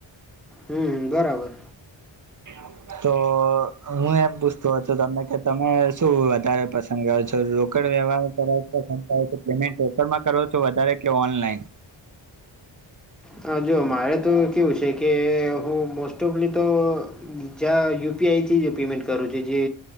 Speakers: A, in the centre; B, on the right (about 40°).
A: હમ બરાબર.
B: હા <inaudible> તો હું એમ પૂછતો હતો તમે કે તમે શું વધારે પસંદ કરો છો રોકડ વ્યવહાર? પેમેન્ટ રોડ માં કરો છો વધારે કે ઓનલાઈન?
A: હ જો મારે તો કેવું છે કે હું મોસ્ટ ઓફલી તો! જ્યાં યુપીઆઈથી જે પેમેન્ટ કરો છે જે.